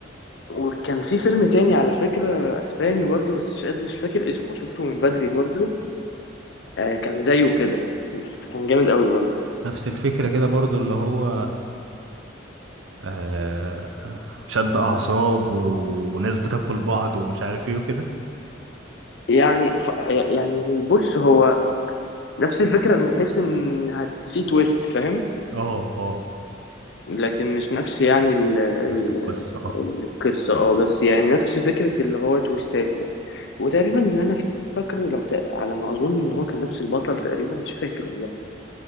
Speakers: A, on the left; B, on the right.
A: وكان في فيلم تاني على فكرة اسباني برضو بس مش قادر مش فاكر اسمه شفته من بدري برضو آه كان زيه كده بس كان جامد قوي برضو
B: نفس الفكرة كده برضو اللي هو آه شد اعصاب وناس بتاكل بعض ومش عارف ايه وكده
A: يعني ف... يعني بص هو نفس الفكرة من حيث ان هت... في تويست فاهم
B: اه اه
A: لكن مش نفس يعني ال... ال...
B: نفس القصة اه
A: القصة اه بس يعني نفس فكرة اللي هو تويستات يعني وتقريبا اللي انا فاكره لو ت... على ما اظن ان هو كان نفس البطل تقريبا مش فاكر والله